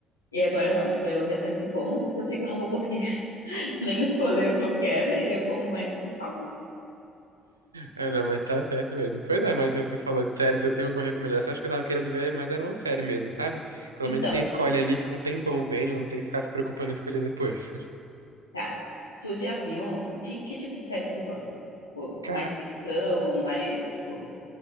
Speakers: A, on the left (about 85°); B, on the right (about 80°).
A: E agora não, tipo, eu já sento e como, porque eu sei que eu não vou conseguir <laughs> nem escolher o que eu quero, e aí eu como mais sem calma, assim.
B: É, não, mas tá certo mesmo. Pois é, mas você falou de série, se eu tenho alguma recomendação, acho que eu tava querendo ver, mas era uma série mesmo, sabe? Pelo
A: Então,
B: menos você escolhe ali, fica um tempão vendo, não tem que ficar se preocupando em escolher depois. <laughs>
A: tá. Tu já viu... de- que tipo de série que tu gosta? Tipo,
B: Cara,
A: mais ficção, mais, tipo,